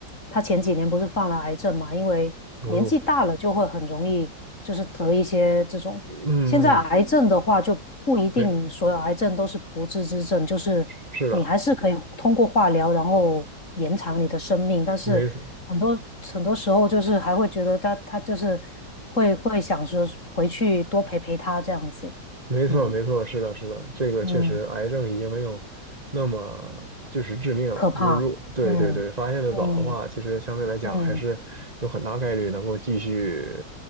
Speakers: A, on the left (about 40°); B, on the right (about 20°).
A: 他前几年不是犯了癌症嘛，因为年纪大了就会很容易就是得一些这种。
B: 哦呦，嗯嗯，
A: 现在癌症的话就不一定所有癌症都是不治之症，
B: 没，
A: 就是你还是可以通过化疗然后延长你的生命，
B: 是的，
A: 但是很多很多时候就是还会觉得他他就是会会想说回去多陪陪他这样子，
B: 没，没错，
A: 嗯
B: 没错，是的，是的，这个确实，
A: 嗯。
B: 癌症已经没有那么就是致命了。
A: 可怕，
B: 就是如对对对，
A: 嗯嗯
B: 发现的早的话，其实相对来讲还是有很大概率能够继续，
A: 嗯，